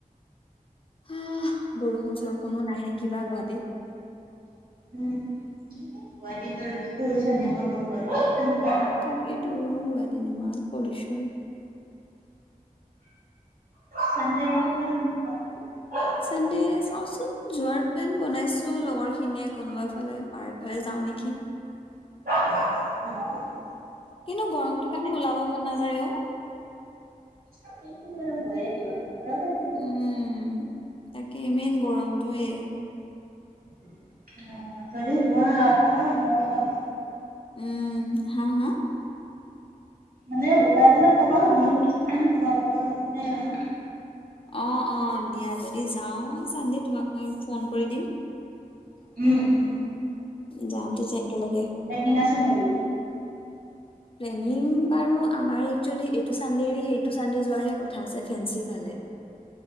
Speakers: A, on the left (about 40°); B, on the right (about 85°).
A: হা বৰষুণ চৰষুণো নাহে কিবা গুৱাহাটীত।
B: উম গুৱাহাটীট ত পলিউশ্যন পাবা গুৱাহাটীত একদম
A: তাকেইেতো গুৱাহাটীত ইমান পলিউশ্যন।
B: চানডে্ উনকো পৰি প <unintelligible>
A: চানডে্ চাওঁচোন যোৱাৰ প্লেন বনাইছোঁ লগৰখিনিয়ে কোনোবা ফালে পাৰ্ক ফালে যাওঁ নেকি।
B: উ <unintelligible>
A: কিন্তু গৰমটোৰ কাৰণে ওলাব মন নাযায় অ'।
B: সেইটো মোৰ হয়ে গৰৰ খ <unintelligible>
A: উম তাকে মেনেই গৰমটোৱে।
B: অ', ত জোনৰ‌ যদি জোনৰ অকনমান অকমান
A: উম। হা হা।
B: মানে ওলাই পেলাই ক'বা ময়ো গুছি যাম তোমালোকৰ লগতে আৰু
A: অ', অ', দিয়া যদি যাও চান দে তোমাক মই ফোন কৰি দিম।
B: উম, উম।
A: যাম তেতিয়া একেলগে।
B: প্লেনিং আছে নেকি?
A: প্লেনিং বাৰু আমাৰ একচুৱেলি এইটো চানডে সেইটো চানডে যোৱাৰ হে কথা আছে ফেঞ্চিৰ ফালে।